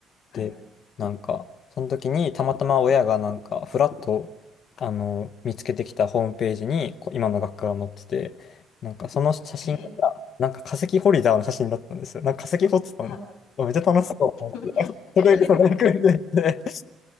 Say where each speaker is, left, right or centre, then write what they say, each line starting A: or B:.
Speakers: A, on the left (about 85°); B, on the left (about 50°).
A: はい。
B: で、なんか、その時にたまたま親がなんか、ふらっと、あの、見つけてきたホームページに、こ今の学科が載ってて、なんかその写真が、
A: え、
B: なんか化石ホルダーの写真だったんですよ。なんか化石掘ってたのね。
A: は、
B: あめっちゃ楽しそうと思って。
A: <laughs>
B: <laughs>
A: え、
B: それ、それくらいで